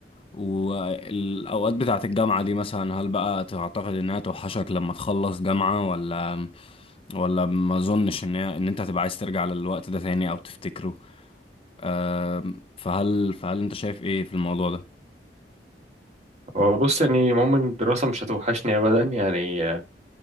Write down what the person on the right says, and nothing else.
وبص يعني عموما الدراسة مش هتوحشني أبدا يعني آه،